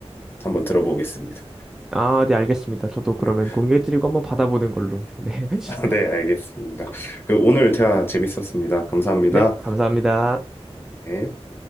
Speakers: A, on the left; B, in the centre.
A: 한번 들어보겠습니다.
B: 아, 네, 알겠습니다. 저도
A: <laughs>
B: 그러면 공개해드리고 한번 받아보는 걸로. 네, <laughs>
A: 네, 알겠습니다. 그 오늘 대화 재밌었습니다. 감사합니다.
B: 네, 감사합니다.
A: 네.